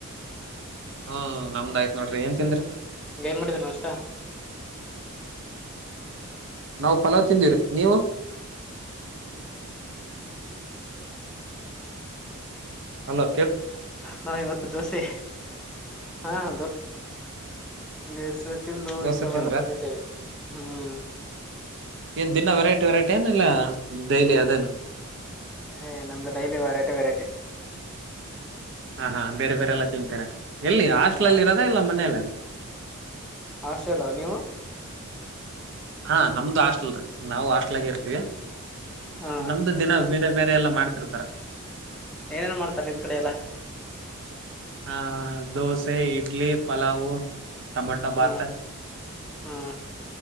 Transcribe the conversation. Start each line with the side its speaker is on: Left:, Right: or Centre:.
Right: ಹ್ಮ ನಮ್ದಯ್ತ್ ನೋಡ್ರಿ ಏನ್ ತಿಂದ್ರಿ.
Centre: ಏನ್ ಮಾಡಿದ್ರಿ ನಾಷ್ಟ.
Right: ನಾವು ಪಲಾವ್ ತಿಂಧ್ವಿರಿ ನೀವು. ಹಲೋ,
Centre: ನಾವ ಇವತ್ತು ದೋಸೆ ಹ ದೆ ದಸೆ ತಿಂದು
Right: ದೋಸೆ
Centre: ಇಂಗ
Right: ತಿಂದ್ರ
Centre: ಹೊರಗ ಬಂದಿದ್ದೇವಿ ಹ್ಮ್.
Right: ಏನ್ ದಿನಾ ವೆರೈಟಿ ವೆರೈಟಿ ಏನ ಇಲ್ಲ ಡೈಲಿ ಅದೇನಾ.
Centre: ಹೇ ನಮ್ದ ಡೈಲಿ ವೆರೈಟಿ, ವೆರೈಟಿ
Right: ಹಾ ಹಾ ಬೇರೆ ಬೇರೆಲ್ಲ ತಿಂತಾರೆ ಎಲ್ಲಿ ಹಾಸ್ಟ್ಲ
Centre: ಹಾ
Right: ಅಲ್ಲಿ. ಇರೋದಾ ಇಲ್ಲ ಮನೇಲ್ಲ,
Centre: ಹಾಸ್ಟಲ್ ನೀವು,
Right: ಹಾ ನಮ್ದು ಹಾಸ್ಟೆಲ್ ರೀ ನಾವು ಹಾಸ್ಟೆಲ್ಗೆ ಇರ್ತೀವಿ.
Centre: ಹಾ
Right: ನಮ್ದು ದಿನ ಬೇರೆ ಬೇರೆ ಎಲ್ಲಾ ಮಾಡ್ತಿರ್ತಾರ.
Centre: ಏನೇನ್ ಮಾಡ್ತಾರೆ ನಿಮ್ ಕಡೆ ಎಲ್ಲ.
Right: ಹಾ ದೋಸೆ, ಇಡ್ಲಿ, ಪಲಾವು, ಟಮಾಟೊ ಬಾತ.
Centre: ಹ್ಮ್ ಹ್ಮ್